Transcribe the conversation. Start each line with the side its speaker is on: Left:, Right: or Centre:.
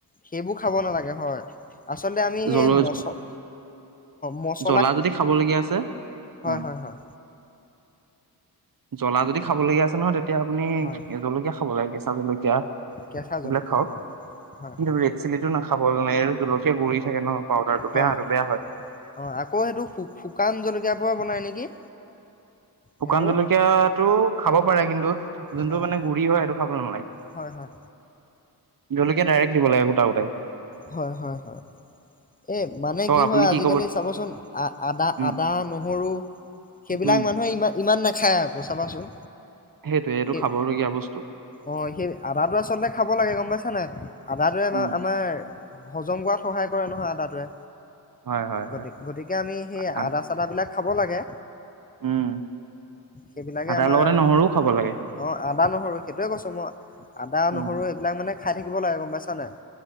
Left: সেইবোৰ খাব নালাগে হয়। আচলতে আমি সেই
Right: জল
Left: মচ অহ মচ
Right: জলা যদি খাবলগীয়া আছে হম।
Left: হয় হয়
Right: জ্বলা যদি খাবলগীয়া আছে নহয় তেতি তিয়া আপুনি
Left: হয়
Right: জলকীয়া পুৰা কেচা জলকীয়া।
Left: কেঁচা
Right: এইবিলাক
Left: জলকীয়া
Right: খাওঁ।
Left: হয়। হয়
Right: কিন্তু
Left: হয়
Right: ৰেড চিলিটো নাখাব জলকীয়া গুৰি থাকে ন। পাউদাৰটো
Left: হয়,
Right: বেয়াটো বেয়া হয়
Left: অ' আকৌ সেইটো শুকান জলকীয়াৰ পৰা বনাই নেকি।
Right: শুকান
Left: সেইটো
Right: জলকীয়াটো খাব পাৰে কিন্তু যোনটো
Left: হয়
Right: মানে গুৰি হয় সেইটো খাবলৈ নালাগে।
Left: হয় হয়
Right: জলকীয়া ডাইৰেক্ট দিব লাগে গোটা গোটা।
Left: হয়, হয়, হয়, এই মানে
Right: কওক
Left: কি
Right: আপুনি
Left: হয় আজিকালি
Right: ক'ব
Left: চাবচোন আ আদা
Right: উম
Left: আদা নহৰু সেইবিলাক
Right: উম
Left: মানুহে ইমান ইমান নাখায় আকৌ চাবাচোন।
Right: সেইটোৱে এইটো
Left: সেই
Right: খাবলগীয়া বস্তু
Left: অ' সেই আদাটো আচলতে খাব লাগে গম পাইছা নাই আদটোয়ে আমা
Right: উম
Left: আমাৰ হজম কৰাত সহায় কৰে নহয় আদাটোৱে।
Right: হয় হয় হয়
Left: গতি গতিকে আমি সেই
Right: আ- আ-
Left: আদা চাদা বিলাক খাব লাগে।
Right: উম
Left: সেইবিলাকে
Right: আদাৰ
Left: আমাৰ
Right: লগতে নহৰুও খাব লাগে
Left: অ'আদা নহৰু সেইটোয়ে কৈছো মই আদা
Right: উম
Left: নহৰু এইবিলাক মানে খাই থাকিব লাগে গম পাইছা নাই।